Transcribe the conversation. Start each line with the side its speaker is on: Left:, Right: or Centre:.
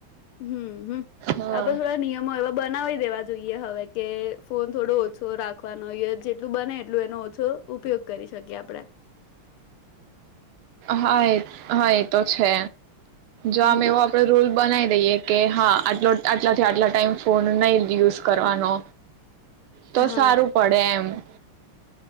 Left: હમ હમ
Right: હા
Left: આપડે થોડા નિયમો એવા બનાવી દેવા જોઈએ હવે કે ફોન થોડો ઓછો ઓછો રાખવાનો ય જેટલું બને એટલું એનો ઓછો ઉપયોગ કરી શકીએ આપણેે.
Right: હા એ હા એ તો છે. જમ
Left: હમ
Right: એવો આપડે રૂલ બનાવી દઈએ કે હા આટલો આટલાથી આટલા ટાઈમ ફોન નહી યુઝ કરવાનો. તો
Left: હા
Right: સારું પડે એમ. <inaudible>